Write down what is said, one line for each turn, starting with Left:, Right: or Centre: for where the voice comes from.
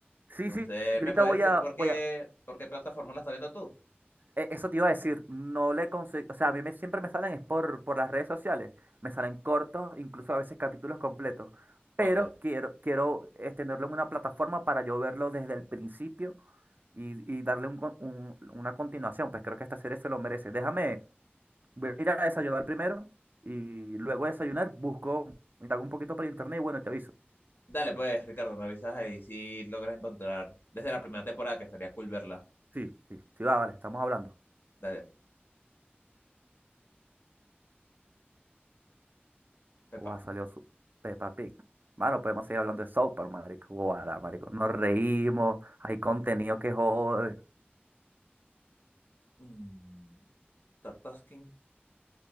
Right: Sí,
Left: Entonces,
Right: sí, yo ahorita
Left: ¿me puedes
Right: voy
Left: decir
Right: a,
Left: por
Right: voy
Left: qué,
Right: a,
Left: por qué plataforma la estás viendo tú?
Right: e- eso te iba a decir, no le conseguí, o sea, a mí me, siempre me salen es por, por las redes sociales, me salen cortos, incluso a veces capítulos completos, pero
Left: Ok.
Right: quiero, quiero eh, tenerlo en una plataforma para yo verlo desde el principio y, y darle un con- un- una continuación, pues creo que esta serie se lo merece. Déjame, voy a ir a desayunar primero y luego de desayunar busco, indago un poquito por internet y bueno, te aviso.
Left: Dale, pues, Ricardo, me avisas ahí si logras encontrar desde la primera temporada que estaría cool verla.
Right: Sí, sí, sí, va, vale, estamos hablando.
Left: Dale, Pepa.
Right: Guau, salió su Peppa Pig. Mano, podemos seguir hablando de South Park, marico. Guara, marico. Nos reímos, hay contenido que jode.
Left: Mm, Tartaskin.